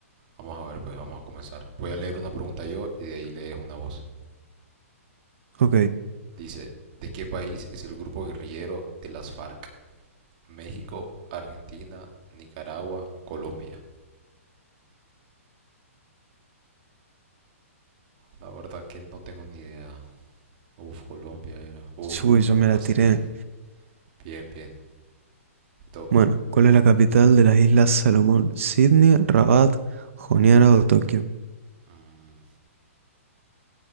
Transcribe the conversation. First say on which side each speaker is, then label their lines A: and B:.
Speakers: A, on the right; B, on the right.
A: Vamos a ver, pues vamos a comenzar. Voy a leer una pregunta yo y de ahí lees una voz.
B: Ok.
A: Dice, ¿de qué país es el grupo guerrillero de las FARC? México, Argentina, Nicaragua, Colombia. La verdad que no tengo ni idea. Uf, Colombia era. Uf,
B: Uy, yo
A: la
B: me
A: sacaste
B: la tiré.
A: bien. Bien, bien. Te toca.
B: Bueno, ¿cuál es la capital de las Islas Salomón? ¿Sydney, Rabat, Honiara o Tokio?
A: Mm,